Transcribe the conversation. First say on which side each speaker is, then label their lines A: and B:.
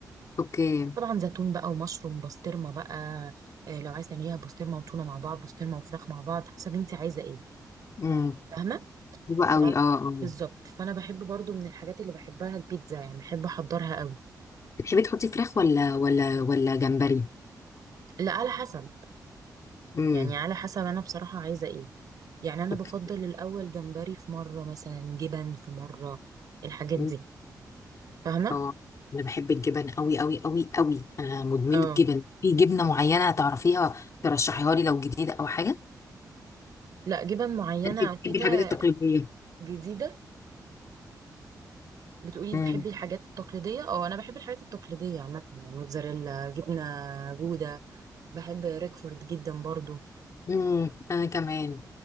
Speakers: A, on the left; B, on the right.
A: اوكي
B: طبعا زيتون بقى ومشروم بسطرمه بقى آه، لو عايزه تعمليها بسطرمه وتونه مع بعض بسطرمه وفراخ مع بعض حسب انت عايزه ايه
A: امم
B: فاهمه
A: حلوة قوي
B: طبعا
A: اه اه
B: بالظبط فانا بحب برضو من الحاجات اللي بحبها البيتزا يعني بحب احضرها قوي
A: بتحبي تحطي فراخ ولا ولا ولا جمبري
B: لا على حسب
A: امم
B: يعني على حسب انا بصراحه عايزه ايه يعني انا
A: اوكي
B: بفضل الاول جمبري في مره مثلا جبن في مره الحاجات
A: مم.
B: دي فاهمه
A: اه انا بحب الجبن قوي قوي قوي قوي انا مدمنة
B: اه
A: جبن في جبنة معينة تعرفيها ترشحيها لي لو جديدة او حاجة
B: لا جبن معينه
A: انت بتحبي
B: او كده
A: الحاجات التقليدية
B: جديده بتقولي
A: مم.
B: بتحبي الحاجات التقليديه اه انا بحب الحاجات التقليديه عامه يعني موتزاريلا جبنه جوده بحب ريكفورد جدا برضو
A: امم انا كمان